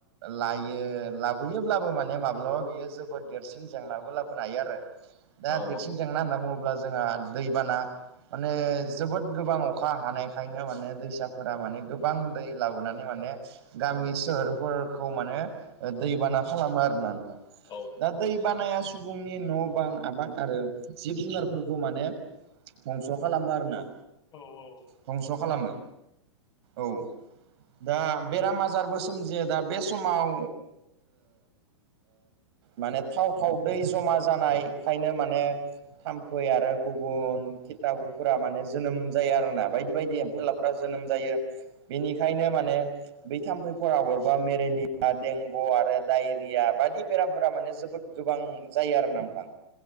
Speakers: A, on the right (about 60°); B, on the left (about 25°).
A: लायो लाबोयोब्लाबो माने माबा बियो जोबोद देरसिन जेंनाबो लाबोनो हायो आरो दा
B: औ
A: देरसिन जेंना होनना बुङोब्ला जोंहा दैबाना माने जोबोद गोबां अखा हानायखायनो माने दैसाफोरा माने गोबां दै लाबोनानै माने गामि
B: औ
A: सोहोरफोरखौ माने दैबाना खालामो आरोना नोंथां
B: औ
A: दा दै बानाया सुबुंनि न' बां आबाद आरो जिब जुनारफोरखौ माने दंस' खालामो आरो ना
B: औ औ
A: धंस' खालामो औ दा बेराम आजारबो सोमजियो दा बे समाव माने थाव थाव दै जमा जानायखायनो माने थाम्फै आरो गुबुन खिथाबुफोरा माने जोनोम जायो आरोना बायदि बायदि एम्फौ एनलाफोर जोनोम जायो बेनिखायनो माने बै थाम्फैफोरा अरबा मेलेलिया देंगु आरो दडायरिया बायदि बेरामफोरा माने जोबोद गोबां जायो आरो न आंदां